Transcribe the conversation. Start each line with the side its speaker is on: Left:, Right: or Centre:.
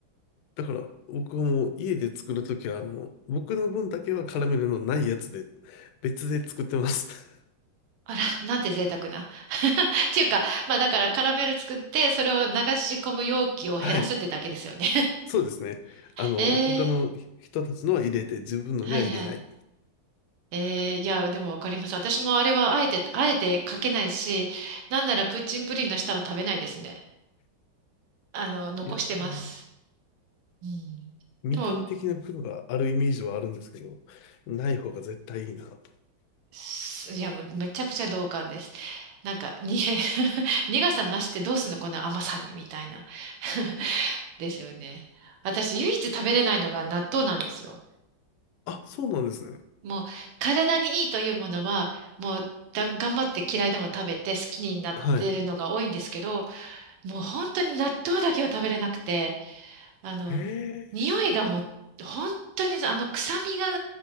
Left: だから僕はもう家で作るときはあの、僕の分だけはカラメルのないやつで、別で作ってます。
Right: あら、なんて贅沢な。<laughs> っていうか、まあだからカラメル作って、それを流し込む容器を減らすってだけですよね。
Left: <laughs> はい。そうですね。あの、
Right: <laughs>
Left: 他の人たちのは入れて、
Right: ええ
Left: 自分のには入れない。
Right: はいはい。ええいや、でもわかります。私もあれはあえて、あえてかけないし、なんならプッチンプリンの下は食べないですね。あの、残してます。
Left: いやー、
Right: うん。
Left: 見た目的な黒があるイメージはあるんですけど、
Right: でも、
Left: ない方が絶対いいなと。
Right: すいや、もうめちゃくちゃ同感です。なんか、に、<laughs> 苦さ増してどうすんの、この甘さに、みたいな。<laughs> ですよね。私、唯一食べれないのが納豆なんですよ。
Left: あ、そうなんですね。
Right: もう、体にいいというものは、もう、だん頑張って嫌いでも食べて好きになってるのが多いんですけど、
Left: はい。
Right: もう本当に納豆だけは食べれなくて、あの、
Left: へえ。
Right: 匂いがもう、本当にあの臭みが、